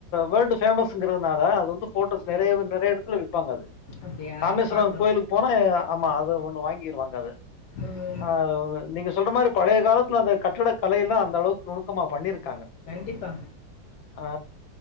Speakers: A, on the left (about 80°); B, on the left (about 65°).
A: வேல்டு ஃபேமஸ்ங்கிறதுனால அது வந்து நெறைய நெறைய எடத்துல விப்பாங்க அது
B: அப்டியா
A: இராமேஸ்வரம்
B: பாக்கணும்.
A: கோயிலுக்கு போனா ஆமா அது ஒண்ணு வாங் வாங்கிருவாங்க
B: ம்
A: அ நீங்க சொல்ற மாரி பழைய காலத்ல அந்த கட்டட கலை எல்லா அந்த அளவுக்கு நுணுக்கமா பண்ணிருக் க்காங்க
B: கண்டிப்பா.
A: அ